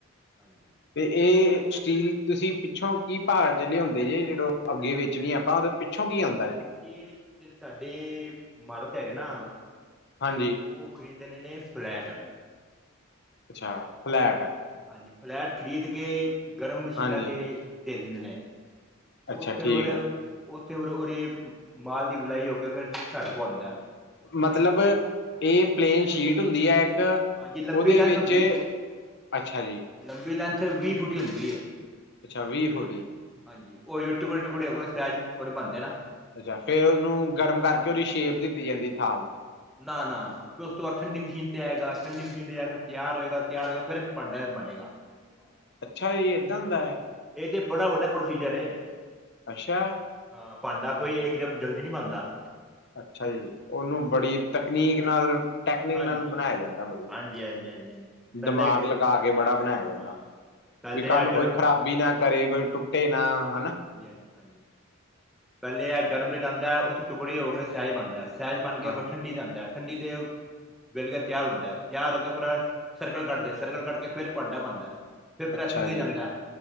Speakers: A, in the centre; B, on the left.
A: ਹਾਂਜੀ।
B: ਇਹ ਸਟੀਲ ਤੁਸੀਂ ਪਿੱਛੋਂ ਕੀ ਭਾਅ ਲਿਆਉਂਦੇ ਜੇ ਜਿਦੋ ਅੱਗੇ ਵੇਚਣੀ ਆਪਾਂ ਪਿੱਛੋਂ ਕੀ ਆਉਂਦਾ
A: ਦੇਖੋ
B: ਜੀ
A: ਜੀੜੇ ਸਾਡੇ ਮਾਲਕ ਹੈਗੇ ਨਾ
B: ਹਾਂਜੀ
A: ਉਹ ਖਰੀਦਣੇ ਨੇ ਫਲੈਟ
B: ਅੱਛਾ ਫਲੈਟ
A: ਹਾਂਜੀ ਫਲੈਟ ਖਰੀਦ ਕੇ ਗਰਮ ਮਸ਼ੀਨਾਂ
B: ਹਾਂਜੀ
A: ਤੇ ਦੇ ਦਿੰਦੇ ਨੇ
B: ਅੱਛਾ
A: ਉੱਥੇ
B: ਠੀਕ
A: ਫਿਰ
B: ਆ
A: ਉੱਥੇ ਫਿਰ ਉਹਦੀ ਮਾਲ ਦੀ ਬੁਲਾਈ ਹੋ ਕੇ ਫਿਰ ਸਾਡੇ ਕੋਲ ਆਉਂਦਾ
B: ਮਤਲਬ ਇਹ ਪਲੇਨ ਸ਼ੀਟ ਹੁੰਦੀ ਹੈ ਇੱਕ
A: ਹਾਂਜੀ ਲੰਬੀ
B: ਉਹਦੇ
A: ਲੈਂਥ
B: ਵਿੱਚ
A: ਹੁੰਦੀ ਹੈ
B: ਅੱਛਾ ਜੀ
A: ਲੰਬੀ ਲੈਂਨਥ ਵੀਹ ਫੁੱਟ ਹੁੰਦੀ ਹੈ
B: ਅੱਛਾ ਵੀਹ ਫੋਟੀ-
A: ਹਾਂਜੀ ਉਇਓ ਟੁਕੜੇ-ਟੁਕੜੇ ਹੋ ਗਏ ਸਕਰੈਚ ਉਹਦੇ ਬਣਦੇ ਨਾ
B: ਅੱਛਾ ਫੇਰ ਉਹਨੂੰ ਗਰਮ ਕਰਕੇ ਉਹਦੀ ਸ਼ੇਪ ਦਿੱਤੀ ਜਾਂਦੀ ਥਾਲ
A: ਨਾ-ਨਾ-ਨਾ। ਫੇਿਰ ਉਸ ਤੋਂ ਬਾਅਦ ਠੰਡੀ ਮਸ਼ੀਨ ਤੇ ਆਏਗਾ। ਠੰਡੀ ਮਸ਼ੀਨ ਤੇ ਜਾ ਕੇ ਤਿਆਰ ਹੋਏਗਾ। ਤਿਆਰ ਹੋਏਗਾ ਫਿਰ ਭਾਂਡਾ ਇਹ ਬਣੇਗਾ। <inaudible>
B: ਅੱਛਾ ਜੀ ਏਦਾਂ ਹੁੰਦਾ।
A: ਇਹ ਤੇ ਬੜਾ ਵੱਡਾ ਪ੍ਰੋਸੀਜਰ ਏ।
B: ਅੱਛਾ।
A: ਹਾਂ ਪਾਂਡਾ ਕੋਈ ਇੱਕ ਜਮ ਜਲਦੀ ਨੀ ਬਣਦਾ।
B: ਅੱਛਾ ਜੀ ਉਹਨੂੰ
A: ਹਾਂਜੀ
B: ਬੜੀ ਤਕਨੀਕ ਨਾਲ ਟੈਕਨਿਕ
A: ਹਾਂਜੀ
B: ਨਾਲ ਬਣਾਇਆ ਜਾਂਦਾ ਵਾ।
A: ਹਾਂਜੀ ਹਾਂਜੀ ਹਾਂਜੀ ਪਹਿਲੇ
B: ਦਿਮਾਗ ਲਗਾ ਕੇ ਬੜਾ ਬਣਾਇਆ ਜਾਂਦਾ।
A: ਹਾਂ ਪਹਿਲੇ
B: ਵੀ ਕੱਲ
A: ਆ
B: ਨੂੰ
A: ਗਰਮ
B: ਕੋਈ ਖਰਾਬੀ ਨਾ ਕਰੇ ਕੋਈ ਟੁੱਟੇ ਨਾ ਹੈਨਾ।
A: ਹਾਂਜੀ-ਹਾਂਜੀ। ਪਹਿਲੇ ਅ ਗਰਮ ਤੇ ਜਾਂਦਾ। ਉੱਥੇ ਟੁਕੜੇ ਹੋ ਕੇ ਸਹਿਜ ਬਣਦਾ, ਸਹਿਜ ਬਣ ਕੇ
B: ਹਾਂ
A: ਠੰਡੀ ਤੇ ਆਂਦਾ। ਠੰਡੀ ਦੇ ਵੇਲ ਗਿਆ ਤਿਆਰ ਹੁੰਦਾ ਤਿਆਰ ਹੋ ਕੇ ਫਿਰ ਸਰਕਲ ਕੱਟਦੇ ਨੇ ਸਰਕਲ ਕੱਟ ਕੇ ਫਿਰ ਪਾਂਡਾ ਬਣਦਾ। ਫਿਰ ਪ੍ਰੈਸਿੰਗ
B: ਅੱਛਾ
A: ਦੇ
B: ਜੀ
A: ਜਾਂਦਾ।